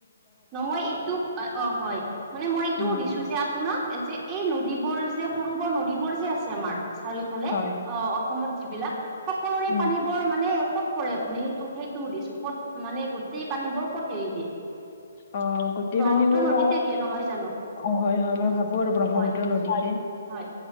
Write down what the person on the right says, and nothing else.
ন', মই এইটো অঁ' হয়, মানে মই এইটো
সুধিছো যে আপোনাক, যে এই নদীবোৰ যে সৰু, বৰ নদীবোৰ যে আছে আমাৰ চাৰিওফালে,
অঁ অসমত যিবিলাক সকলোৰে
পানী বৰ মানে ক'ত পৰে, আপুনি সেইটো সেইটোও সুধিছো, ক'ত মানে, গোটেই পানী বোৰ ক'ত এৰি দিয়ে?
ব্ৰহ্মপুত্ৰ
নদীতে
দিয়ে নহয় জানো
হয়
হয়,